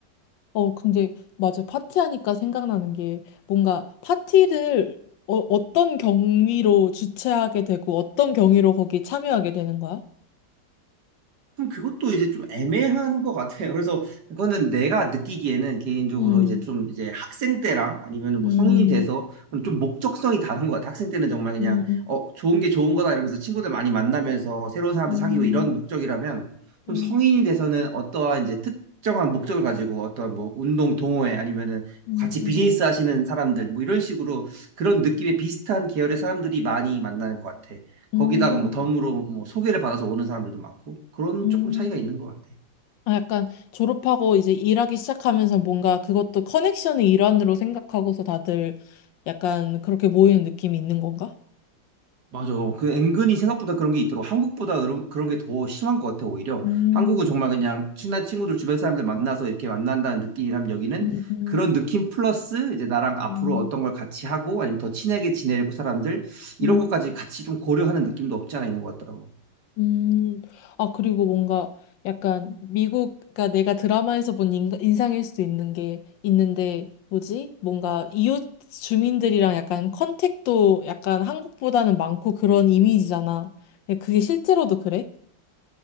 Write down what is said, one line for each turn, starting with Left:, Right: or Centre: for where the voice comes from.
Left: 어, 근데 맞아. 파티하니까 생각나는 게 뭔가 파티를 어, 어떤 경위로 주최하게 되고 어떤 경위로 거기 참여하게 되는 거야?
Right: 그럼 그것도 이제 좀 애매한 것 같아요. 그래서 그거는 내가 느끼기에는 개인적으로
Left: 음,
Right: 이제 좀 이제 학생 때랑 아니면 뭐
Left: 음,
Right: 성인이 돼서 좀 목적성이 다른 것 같아요. 학생 때는 정말 그냥
Left: 음, 음,
Right: 어 좋은 게 좋은 거다 이러면서 친구들 많이 만나면서 새로운 사람들
Left: 음,
Right: 사귀고 이런 목적이라면 좀
Left: 음,
Right: 성인이 돼서는 어떠한 이제 특정한 목적을 가지고 어떤 뭐 운동 동호회 아니면은
Left: 음,
Right: 같이
Left: 음,
Right: 비즈니스 하시는 사람들 뭐 이런 식으로 그런 느낌의 비슷한 계열의 사람들이 많이 만나는 것 같아.
Left: 음.
Right: 거기다가 뭐 덤으로 뭐 소개를 받아서 오는 사람들도 많고 그런
Left: 음.
Right: 조금 차이가 있는 것 같아.
Left: 아, 약간 졸업하고 이제 일하기 시작하면서 뭔가 그것도 커넥션의 일환으로 생각하고서 다들 약간 그렇게 모이는 느낌이 있는 건가?
Right: 맞아. 그 은근히 생각보다 그런 게 있더라고. 한국보다 그런, 그런 게 더 심한 것 같아, 오히려.
Left: 음,
Right: 한국은 정말 그냥 친한 친구들 주변 사람들 만나서 이렇게 만난다는 느낌이라면 여기는
Left: 음, 음,
Right: 그런 느낌 플러스 이제 나랑 앞으로
Left: 음,
Right: 어떤 걸 같이 하고 아니면 더 친하게 지내려고 사람들 이런
Left: 음.
Right: 것까지 같이 좀 고려하는 느낌도 없지 않아 있는 것 같더라고.
Left: 음, 아, 그리고 뭔가 약간 미국, 그러니까 내가 드라마에서 본 인, 인상일 수도 있는 게 있는데, 뭐지? 뭔가 이웃 주민들이랑 약간 컨택도 약간 한국보다는 많고 그런 이미지잖아. 근데 그게 실제로도 그래?